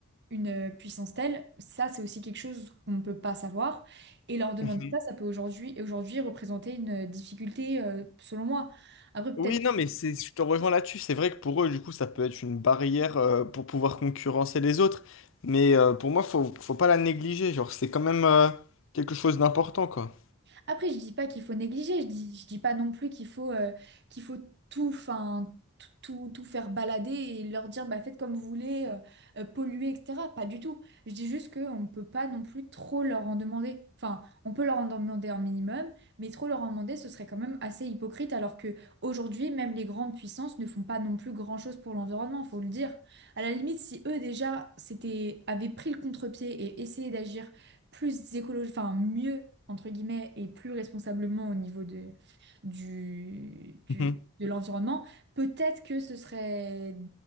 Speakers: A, on the right; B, on the left.
A: une puissance telle, ça c'est aussi quelque chose qu'on ne peut pas savoir et leur demander
B: Mhm.
A: ça, ça peut aujourd'hui aujourd'hui représenter une difficulté euh, selon moi. Après, peut-être.
B: Oui, non, mais c'est, je te rejoins là-dessus. C'est vrai que pour eux, du coup, ça peut être une barrière euh, pour pouvoir concurrencer les autres. Mais euh, pour moi, faut, faut pas la négliger. Genre, c'est quand même euh, quelque chose d'important, quoi.
A: Après, je dis pas qu'il faut négliger, je dis, je dis pas non plus qu'il faut, euh, qu'il faut tout, enfin, tout, tout- tout faire balader et leur dire, bah, faites comme vous voulez, euh, euh, polluer, etc. Pas du tout. Je dis juste qu'on ne peut pas non plus trop leur en demander. Enfin, on peut leur en demander un minimum, mais trop leur en demander, ce serait quand même assez hypocrite, alors que aujourd'hui, même les grandes puissances ne font pas non plus grand-chose pour l'environnement, faut le dire. À la limite, si eux déjà s'étaient, avaient pris le contre-pied et essayé d'agir plus écologique, enfin mieux, entre guillemets, et plus responsablement au niveau de, du, du-
B: Mhm.
A: de l'environnement, peut-être que ce serait